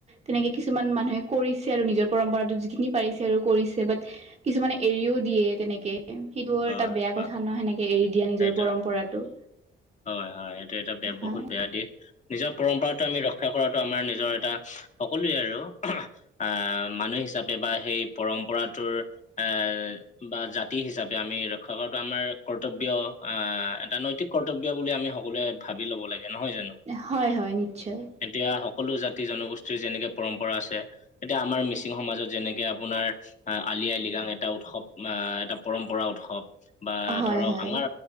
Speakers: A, on the right; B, on the left.
A: তেনেকে কিছুমান মানুহে কৰিছে আৰু নিজৰ পৰম্পৰাতো যিখিনি পাৰিছে আৰু কৰিছে, বাত কিছুমানে এৰিও দিয়ে তেনেকে, সেইটো
B: হয়,
A: এটা বেয়া
B: হয়।
A: কথা ন সেনেকে এৰি দিয়া নিজৰ
B: সেইটো
A: পৰম্পৰাটো।
B: হয় হয়, সেইটো এটা বেয়া
A: হয়
B: বহুত বেয়া দিশ। নিজৰ পৰম্পৰাটো আমি ৰক্ষা কৰাটো আমাৰ নিজৰ এটা সকলোৱে আৰু আহ মানুহ হিচাপে বা সেই পৰম্পৰাটোৰ এ বা জাতি হিচাপে আমি ৰক্ষা কৰাটো আমাৰ কৰ্তব্য, আঁহ এটা নৈতিক কৰ তব্য বুলি আমি সকলোৱে ভাবি ল'ব লাগে নহয় জানো।
A: হয় হয় নিশ্চয়।
B: এতিয়া সকলো জাতি জনগোষ্ঠীৰ যেনেকে পৰম্পৰা আছে, এতিয়া আমাৰ মিচিং সমাজত যেনেকে আপোনাৰ আঁ, আলি আই লৃগাং এটা উৎসৱ, আঁহ এটা পৰম্পৰা উৎসৱ। বা
A: হয়
B: ধৰক
A: হয়
B: আমাৰ